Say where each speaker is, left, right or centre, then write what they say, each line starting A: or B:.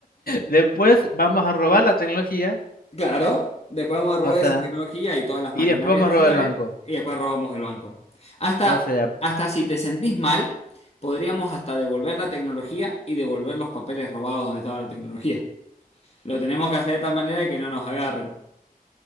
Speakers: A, on the left (about 70°); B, on the left (about 40°).
A: Después vamos a robar la tecnología,
B: Claro, después vamos a robar
A: o sea,
B: esa tecnología y todas las
A: y
B: maquinarias
A: después vamos
B: necesarias
A: a robar el banco.
B: y después robamos el banco. Hasta,
A: O sea,
B: hasta si te sentís mal, podríamos hasta devolver la tecnología y devolver los papeles robados donde estaba la tecnología. Lo tenemos que hacer de tal manera de que no nos agarren.